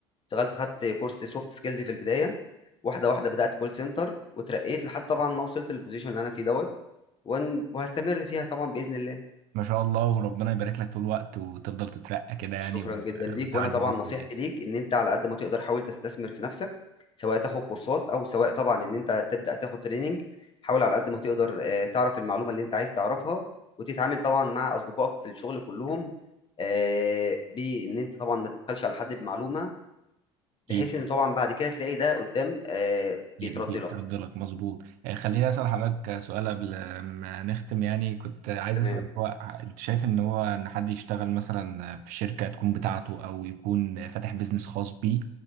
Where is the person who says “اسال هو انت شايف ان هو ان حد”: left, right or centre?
Right